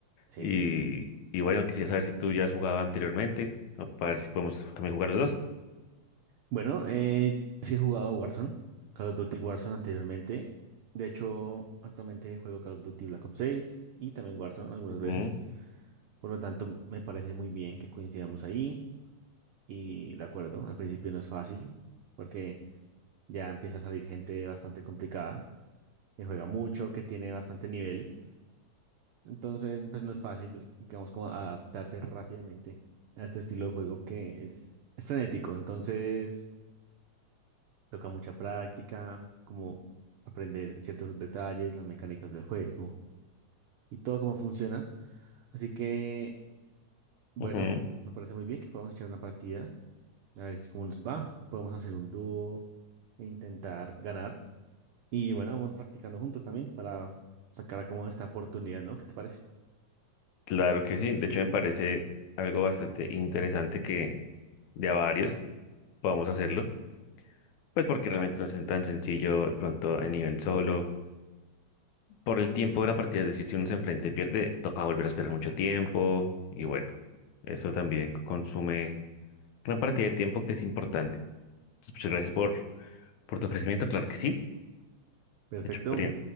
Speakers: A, on the right; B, on the left.
A: sí.
B: Y, y bueno, quisiera saber si tú ya has jugado anteriormente, o para ver si podemos también jugar los dos.
A: Bueno, eh, sí he jugado Warzone, Call of Duty Warzone anteriormente. De hecho, actualmente juego Call of Duty Black Ops 6 y también Warzone algunas
B: Ujú,
A: veces. Por lo tanto, me parece muy bien que coincidamos ahí. Y de acuerdo, al principio no es fácil porque ya empieza a salir gente bastante complicada, que juega mucho, que tiene bastante nivel. Entonces, pues no es fácil, digamos, como adaptarse rápidamente a este estilo de juego que es, es frenético. Entonces, toca mucha práctica, como aprender ciertos detalles, las mecánicas del juego y todo cómo funciona. Así que, bueno,
B: ujú.
A: me parece muy bien que podamos echar una partida, a ver si cómo nos va. Podemos hacer un dúo e intentar ganar. Y bueno, vamos practicando juntos también para sacar a cómo esta oportunidad, ¿no? ¿Qué te parece?
B: Claro que sí. De hecho, me parece algo bastante interesante que de a varios podamos hacerlo. Pues porque realmente no es tan sencillo de pronto en nivel solo. Por el tiempo de la partida, es decir, si uno se enfrenta y pierde, toca volver a esperar mucho tiempo. Y bueno, eso también consume una partida de tiempo que es importante. Entonces, muchas gracias por, por tu ofrecimiento, claro que sí.
A: Perfecto.
B: De hecho, podría-